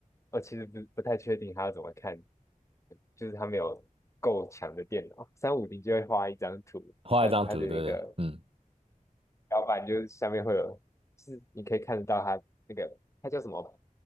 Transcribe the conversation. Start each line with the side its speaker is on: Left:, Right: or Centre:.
Left: 我其实不不太确定它要怎么看，就是它没有够强的电脑，三五零就会画一张图，
Right: 画一张图，
Left: 它它的那个
Right: 对不对？嗯，
Left: 标板就是下面会有，是你可以看得到它那个它叫什么，